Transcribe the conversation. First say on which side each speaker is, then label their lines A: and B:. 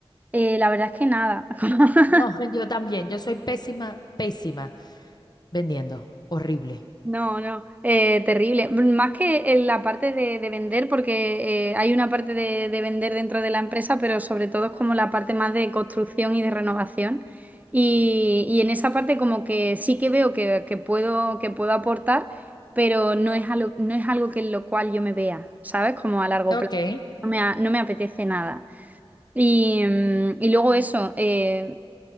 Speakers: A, on the right; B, on the left.
A: eh, la verdad es que nada, <laughs>
B: No, <laughs> yo también. Yo soy pésima, pésima vendiendo. Horrible.
A: No, no, eh, terrible. Más que en la parte de, de vender, porque eh, hay una parte de, de vender dentro de la empresa, pero sobre todo es como la parte más de construcción y de renovación. Y, y en esa parte como que sí que veo que, que puedo, que puedo aportar, pero no es algo, no es algo que en lo cual yo me vea, ¿sabes? Como a largo
B: Ok,
A: plazo. No me, a- no me apetece nada. Y, mm, y luego eso, eh,